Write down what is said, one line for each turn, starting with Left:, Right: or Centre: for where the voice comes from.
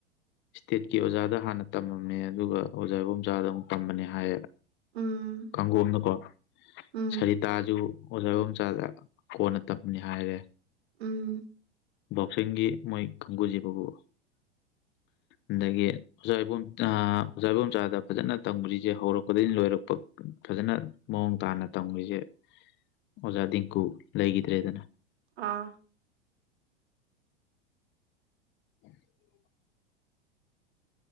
Left: ꯏꯁꯇꯦꯠꯀꯤ ꯑꯣꯖꯥꯗ ꯍꯥꯟꯅ ꯇꯝꯃꯝꯃꯦ ꯑꯗꯨꯒ ꯑꯣꯖꯥ ꯏꯕꯣꯆꯥꯥꯗ ꯑꯃꯨꯛ ꯇꯝꯕꯅꯦ ꯍꯥꯏꯌꯦ
Right: ꯎꯝ
Left: ꯀꯥꯡꯪꯒꯣꯝꯅꯀꯣ
Right: ꯎꯝ
Left: ꯁꯔꯤꯇꯥꯖꯨ ꯑꯣꯖꯥꯒꯣꯆꯥꯗ ꯀꯣꯟꯅ ꯇꯝꯕꯅꯤ ꯍꯥꯏꯔꯦ
Right: ꯎꯝ
Left: ꯕꯣꯛꯁꯤꯡꯒꯤ ꯃꯣꯏ ꯀꯪꯒꯨꯖꯤꯕꯕꯨ ꯑꯗꯒꯤ ꯑꯣꯖꯥ ꯏꯕꯣꯝ ꯑꯣꯖꯥ ꯏꯕꯣꯝꯆꯥꯗ ꯐꯖꯅ ꯇꯝꯔꯤꯁꯦ ꯍꯧꯔꯛꯄꯗꯒꯤ ꯂꯣꯏꯔꯛꯄ ꯐꯖꯅ ꯃꯑꯣꯡ ꯇꯥꯅ ꯇꯝꯃꯤꯣꯏꯁꯦ ꯑꯣꯖꯥ ꯇꯗꯤꯡꯀꯨ ꯂꯩꯈꯤꯗ꯭ꯔꯦꯗꯅ
Right: ꯑꯥ
Left: ꯎꯝ <unintelligible> <inaudible>